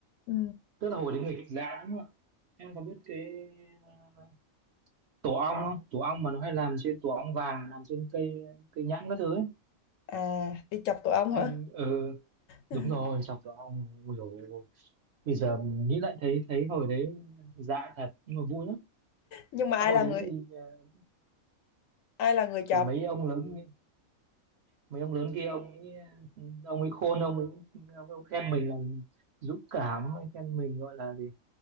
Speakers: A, on the left (about 70°); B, on the right (about 65°).
A: Ừ.
B: tức là hồi đấy nghịch dạng đúng không ạ em có biết cái à, tổ ong không tổ ong mà nó hay làm trên tổ ong vàng làm trên cây cây nhãn các thứ ấy
A: À, đi chọc tổ ong
B: anh
A: hả?
B: ờ
A: <laughs>
B: đúng rồi chọc tổ ong rồi bây giờ nghĩ lại thấy thấy hồi đấy dại thật nhưng mà vui lắm
A: Nhưng mà
B: tức
A: ai
B: là hồi
A: là
B: đấy
A: người
B: thì ờ,
A: ai là người
B: thì
A: chọc?
B: mấy ông lớn mấy ông lớn kia ông ấy ông ấy khôn ông ấy ông ấy khen mình là dũng cảm ông ấy khen mình gọi là gì